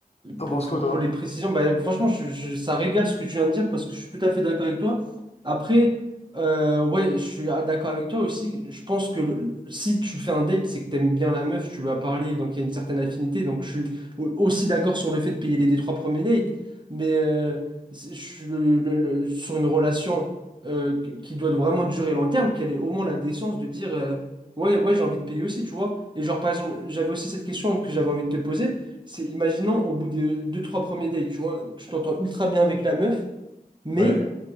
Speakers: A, on the left (about 40°); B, on the right (about 30°).
A: T'en
B: Pour,
A: penses
B: pour,
A: quoi, toi?
B: pour les précisions, bah, franchement, je- je- ça régale ce que tu viens de dire parce que je suis tout à fait d'accord avec toi. Après, euh, ouais, je suis d'accord avec toi aussi. Je pense que le- le- si tu fais un date, c'est que t'aimes bien la meuf, tu lui as parlé, donc il y a une certaine affinité. Donc je suis au- aussi d'accord sur le fait de payer les, les trois premiers dates, mais euh, c'est- je suis le- le- le- sur une relation euh, qui qui doit vraiment durer long terme, qu'elle ait au moins la décence de dire euh, ouais, ouais, j'ai envie de payer aussi, tu vois. Et genre, par exemple, j'avais aussi cette question que j'avais envie de te poser. C'est, imaginons, au bout de deux, trois premiers dates, tu vois, tu t'entends ultra bien avec la meuf, mais
A: Ouais.